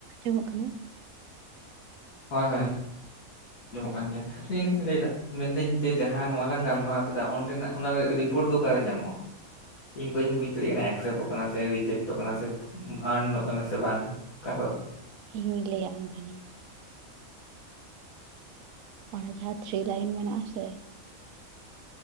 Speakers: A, on the right (about 75°); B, on the left (about 85°).
A: ᱟᱸᱡᱚᱢᱚᱜ ᱠᱟᱱᱟ ᱾
B: ᱦᱚᱭ ᱦᱚᱭ ᱟᱡᱚᱢᱚᱜ ᱠᱟᱱ ᱜᱮᱭᱟ ᱤᱧ <unintelligible> ᱞᱟᱹᱭ ᱮᱟᱫᱟ ᱢᱮᱱᱫᱤᱧ ᱡᱮ ᱡᱟᱦᱟᱸ ᱱᱚᱣᱟ ᱞᱟᱝ ᱜᱟᱞᱢᱟᱨᱟᱣ ᱠᱮᱫᱟ, ᱚᱸᱰᱮᱱᱟᱜ ᱚᱱᱟᱨᱮ ᱨᱤᱯᱳᱨᱴ ᱫᱚ ᱚᱠᱟᱨᱮ ᱧᱟᱢᱚᱜᱼᱟ ᱾ ᱤᱧ ᱵᱟᱹᱧ ᱵᱩᱡ ᱫᱟᱲᱮᱭᱟᱜ ᱠᱟᱱᱟ ᱮᱠᱥᱮᱯᱴᱚᱜ ᱠᱟᱱᱟ ᱥᱮ, ᱨᱤᱡᱮᱠᱴᱚᱜ ᱠᱟᱱᱟ ᱥᱮ, ᱟᱨᱱᱚᱜ ᱠᱟᱱᱟ ᱥᱮ, ᱵᱟᱝ ᱚᱠᱟ ᱠᱷᱚᱡ
A: ᱤᱧᱤ ᱞᱟᱹᱭᱟᱢ ᱠᱟᱹᱱᱟᱹᱧ ᱚᱱᱟ ᱡᱟᱦᱟᱸ ᱛᱷᱨᱤ ᱞᱟᱭᱤᱱ ᱢᱮᱱᱟᱜ ᱟᱥᱮ